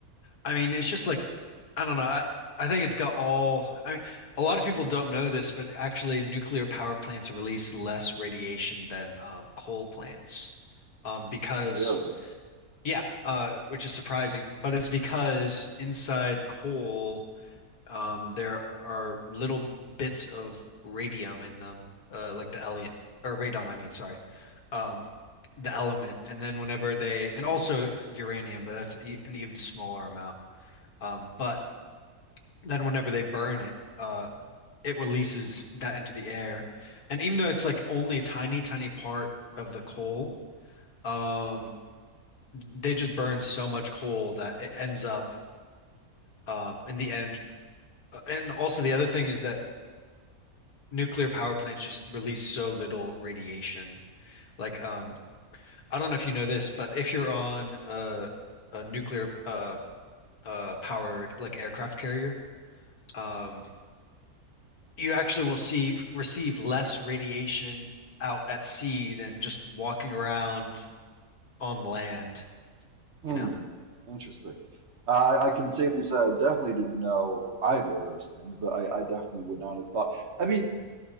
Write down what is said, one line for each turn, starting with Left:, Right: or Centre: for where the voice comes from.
Left: I mean, it's just like, I don't know. I, I think it's got all, I mean, a lot of people don't know this, but actually, nuclear power plants release less radiation than um, coal plants. Um, because,
Right: really,
Left: yeah, uh, which is surprising, but it's because inside coal, um, there are little bits of radium in them, uh, like the element, or radon, I mean, sorry, um, the element. And then whenever they, and also uranium, but that's e an even smaller amount. Um, but then whenever they burn it, uh, it releases that into the air. And even though it's like only a tiny, tiny part of the coal, um, they just burn so much coal that it ends up um, in the end. uh, And also the other thing is that nuclear power plants just release so little radiation. Like, um, I don't know if you know this, but if you're on a, a nuclear uh, uh, powered like aircraft carrier, um, you actually will see receive less radiation out at sea than just walking around on land,
Right: hmm,
Left: you know.
Right: interesting. Uh, I can safely say I definitely didn't know either of those things, but I, I definitely would not have thought. I mean,